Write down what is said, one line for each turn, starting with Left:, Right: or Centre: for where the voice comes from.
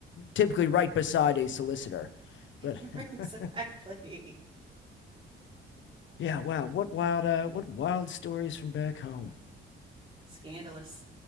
Left: typically right beside a solicitor.
Right: <laughs>
Left: But
Right: Exactly.
Left: <laughs> yeah, wow, what wild uh what wild stories from back home.
Right: Scandalous.